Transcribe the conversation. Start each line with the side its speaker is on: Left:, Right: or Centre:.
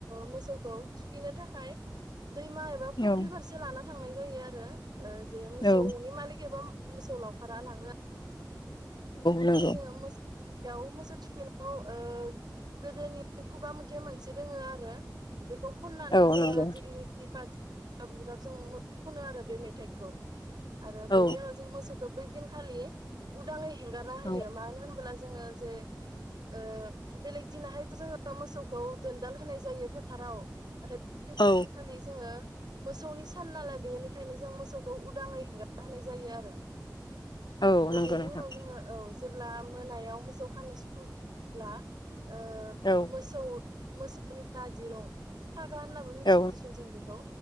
Right: मो मोसौखौ थुखैनो थाखाय दैमा
Left: औ
Right: फुख्रि फारसे लाना थांनाय जायो आरो। जे मोसौनि
Left: औ
Right: मालिक एबा। मोसौ लावखारा लाङो।
Left: नंगौ
Right: खालि जोङो याव मोसौ थुखैनायाव ओ गोदोनि खुगा मेथाइ मोनसे दोङो आरो। बेखौ खननानै
Left: औ
Right: जोङो
Left: नंगौ
Right: दिग्लिथि बा <unintelligible> जों खनो आरो बे मेथाइखौ। आरो
Left: औ
Right: बेनि उनाव जोंङो मोसौ बैदिनखालि उदाङै हें होयो
Left: औ
Right: मानो होनोबोला? जोङो जे ओ बेलेग दिनाहाय जोङो मोसौ खौ दोनदाल होनाय जायो फोथाराव। <unintelligible>
Left: औ
Right: खालि जोङो मोसौनि सान नालाय बेनिखायनो जों मोसौखौ उदाङै हेंगारना होनाय जायो आरो।
Left: औ
Right: आरो
Left: नंगौ
Right: बेनि
Left: नोंथां
Right: उनाव जोङो औ। जेब्ला मोनायाव मोसौ खानो समब्ला। ओ
Left: औ
Right: मोसौ मोसौनि थाजिरं। फागा होननाबो मिथिदियोदिसुन
Left: औ
Right: जों बेखौ।